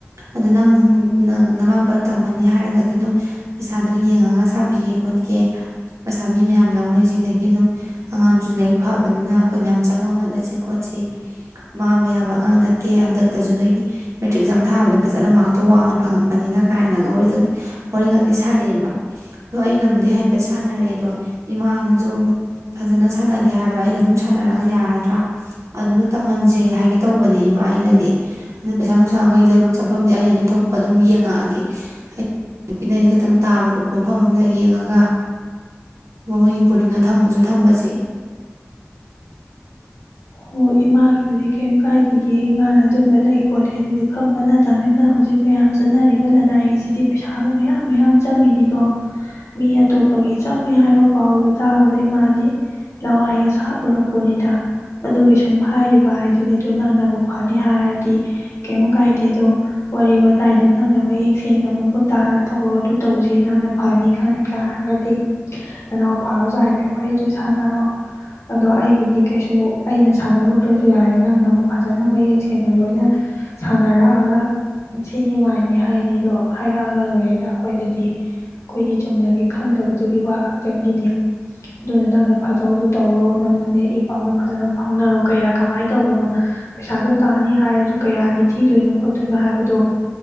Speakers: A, on the right; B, on the left.
A: ꯑꯗꯣ ꯅꯪ ꯅꯅꯥꯎꯄꯥꯗ ꯇꯝꯍꯟꯅꯤ ꯍꯥꯏꯔꯒꯗꯤ ꯑꯗꯨꯝ ꯄꯩꯁꯥꯗꯣ ꯌꯦꯡꯉꯒ ꯁꯥꯕꯤꯒꯦ ꯈꯣꯠꯀꯦ ꯄꯩꯁꯥ ꯃꯤ ꯃꯌꯥꯝ ꯂꯧꯅꯩꯁꯤꯗꯒꯤ ꯑꯗꯨꯝ ꯑꯉꯥꯡꯁꯨ ꯂꯥꯏꯔꯤꯛ ꯐꯕꯅꯤꯅ ꯑꯩꯈꯣꯏ ꯃꯌꯥꯝ ꯆꯪꯉ ꯍꯣꯠꯅꯁꯤ ꯈꯣꯠꯁꯤ ꯃꯥꯡꯕ ꯌꯥꯕ ꯑꯉꯥꯡ ꯅꯠꯇꯦ ꯍꯟꯗꯛ ꯇꯖ ꯅꯣꯏꯒꯤ ꯃꯦꯇ꯭ꯔꯤꯛ ꯑꯦꯛꯖꯥꯝ ꯊꯥꯕꯗ ꯐꯖꯅ ꯃꯥꯔꯛꯇꯣ ꯋꯥꯡꯅ ꯐꯪꯉꯛꯄꯅꯤꯅ ꯀꯥꯏꯅꯒ ꯋꯥꯔꯤ ꯋꯥꯔꯤ ꯈꯛꯇꯤ ꯁꯥꯔꯛꯑꯦꯕ ꯑꯗꯣ ꯑꯩꯒꯕꯨꯗꯤ ꯍꯥꯏꯐꯦꯠ ꯁꯥꯟꯅꯔꯦ ꯑꯗꯣ ꯏꯃꯥꯅꯁꯨ ꯑꯃꯨꯛ ꯐꯖꯅ ꯁꯥꯟꯅꯒꯦ ꯍꯥꯏꯕ꯭ꯔꯥ ꯑꯩꯒ ꯑꯗꯨꯝ ꯁꯥꯟꯅꯔꯒ ꯌꯥꯔꯗ꯭ꯔꯥ ꯑꯗꯨꯗ ꯇꯝꯍꯟꯁꯦ ꯍꯥꯏꯒꯦ ꯇꯧꯕꯅꯦ ꯏꯃꯥꯩꯅꯗꯤ ꯑꯗꯨ ꯄꯩꯁꯥ ꯅꯨꯡꯁꯥ ꯃꯣꯏꯒꯤ ꯂꯩꯐꯝ ꯆꯠꯐꯝꯗꯤ ꯑꯩꯅ ꯑꯗꯨ ꯊꯣꯛꯣꯛꯄ ꯑꯗꯨꯝ ꯌꯦꯡꯉꯛꯑꯒꯦ ꯍꯥꯏꯗꯤ ꯅꯨꯄꯤꯅꯩꯁꯨ ꯈꯈꯤꯇꯪ ꯇꯥꯕ ꯈꯣꯠꯄ ꯃꯐꯝ ꯑꯃꯗ ꯌꯦꯡꯉꯒ ꯃꯣꯏꯒꯤ ꯕꯣꯔꯗꯤꯡ ꯊꯝꯃꯁꯨ ꯊꯝꯝꯕꯁꯦ
B: ꯑꯣ ꯏꯃꯥꯒꯤꯕꯨꯗꯤ ꯀꯩꯝ ꯀꯥꯏꯗꯒꯦ ꯏꯃꯥꯅ ꯑꯗꯨꯝꯕ ꯂꯩ ꯈꯣꯠꯂꯤ ꯑꯗꯨꯗꯤ ꯈꯪꯕ ꯅꯠꯇꯕꯅꯤꯅ ꯍꯧꯖꯤꯛ ꯃꯌꯥꯝ ꯆꯠꯅꯔꯤꯕ ꯂꯅꯥꯏꯒꯤꯁꯤꯗꯤ ꯄꯩꯁꯥꯗꯣ ꯃꯌꯥꯝ ꯃꯌꯥꯝ ꯆꯪꯉꯤꯅꯤꯗꯣ ꯃꯤ ꯑꯇꯣꯞꯄꯒꯤ ꯆꯪꯉꯦ ꯍꯥꯏꯕ ꯄꯥꯎꯗꯣ ꯇꯥꯕꯗ ꯏꯃꯥꯗꯤ ꯂꯋꯥꯏꯒ ꯁꯥꯠꯂꯨꯔꯛꯄꯣꯅꯤꯗ ꯑꯗꯨꯒꯤ ꯁꯨꯝ ꯍꯥꯏꯔꯤꯕ ꯍꯥꯏꯗꯨꯅꯤ ꯑꯗꯨ ꯅꯪꯅꯕꯨ ꯐꯅꯤ ꯍꯥꯏꯔꯗꯤ ꯀꯩꯝ ꯀꯥꯏꯗꯦ ꯑꯗꯣ ꯋꯥꯔꯤ ꯋꯥꯇꯥꯏꯗꯣ ꯅꯪꯅ ꯃꯌꯦꯛ ꯁꯦꯡꯅ ꯃꯃꯨꯠ ꯇꯥꯅ ꯇꯧꯔꯣ ꯑꯗꯨ ꯇꯧꯁꯦ ꯅꯪꯅ ꯐꯅꯤ ꯈꯟ ꯇꯔꯒꯗꯤ ꯅꯅꯥꯎꯄꯥꯒꯁꯨ ꯍꯥꯏꯐꯦꯠ ꯋꯥꯔꯤꯗ ꯁꯥꯟꯅꯔꯣ ꯑꯗꯣ ꯑꯩꯒꯤꯗꯤ ꯀꯩꯁꯨ ꯑꯩꯅ ꯁꯥꯟꯅꯔꯨꯗ꯭ꯔꯁꯨ ꯌꯥꯔꯦ ꯅꯪꯅꯕꯨ ꯐꯖꯅ ꯃꯌꯦꯛ ꯁꯦꯡꯅ ꯂꯣꯏꯅ ꯁꯥꯟꯅꯔꯛꯑꯒ ꯁꯤꯅꯦ ꯃꯥꯏꯅꯤ ꯍꯥꯏꯅꯤꯗꯣ ꯍꯥꯏꯔꯛꯑꯒ ꯂꯣꯏꯔꯦꯗ ꯑꯩꯈꯣꯏꯗꯗꯤ ꯑꯩꯈꯣꯏꯗꯤ ꯆꯨꯝꯅꯒꯤ ꯈꯪꯗꯕꯗꯨꯒꯤ ꯋꯥ ꯈꯛꯇꯪꯒꯤꯅꯤ ꯑꯗꯨꯅ ꯅꯪꯅ ꯐꯥꯗꯧꯗꯨ ꯇꯧꯔꯣ ꯅꯪꯅꯅꯦ ꯏ ꯄꯥꯎꯗꯨ ꯐꯖꯅ ꯐꯥꯎꯅꯔꯣ ꯀꯌꯥ ꯀꯃꯥꯏꯅ ꯇꯧꯕꯅꯣ ꯄꯩꯁꯥꯗꯣ ꯇꯥꯅꯤ ꯍꯥꯏꯔꯁꯨ ꯀꯌꯥꯗꯤ ꯊꯤꯗꯣꯏꯅꯣ ꯈꯣꯠꯇꯣꯏꯅꯣ ꯍꯥꯏꯕꯗꯣ